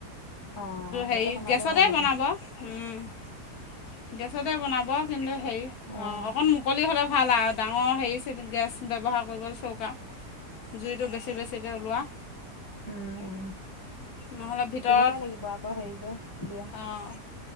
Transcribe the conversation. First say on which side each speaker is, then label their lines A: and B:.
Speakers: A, on the left (about 15°); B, on the left (about 70°).
A: অঁ তাতে
B: হেৰি
A: বনালে
B: গেছতে
A: ভাল হ'ব
B: বনাব উম। <inaudible> গেছতে বনাব কিন্তু হেৰি
A: অঁ
B: অ অকণ মুকলি হ'লে ভাল আৰু ডাঙৰ হেৰি গেছ ব্যৱহাৰ কৰিব চৌকা জুইটো বেছি বেছিকৈ ওলোৱা
A: উম
B: নহ'লে ভিতৰত
A: তেনেকুৱাই লাগিব আকৌ হেৰি যে বিয়া।
B: অঁ